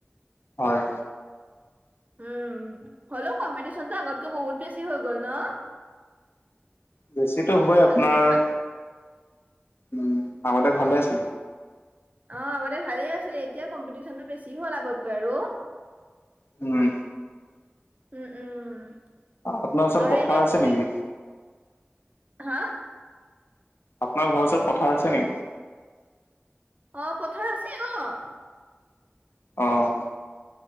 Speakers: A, on the left; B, on the right.
A: হয়৷
B: উম হ'লেও কম্পিটিশনটো আগতকৈ বহুত বেছি হৈ গ'ল ন৷
A: বেছিতো হ'বই আপোনাৰ
B: আগতে ভা
A: উম আগতে ভালে আছিলে৷
B: অ আগতে ভালে আছিল এতিয়া কম্পিটিশনটো বেছি হ'ল আগতকৈ আৰু৷
A: উম৷
B: উম-উম
A: আপোনাৰ ওচৰত
B: আৰু
A: পথাৰ
B: এনে
A: আছে
B: তুমি
A: নেকি
B: হা
A: আপোনাৰ ঘৰ ওৰত পথাৰ আছে নেকি?
B: অ পথাৰ আছে অ৷
A: অ৷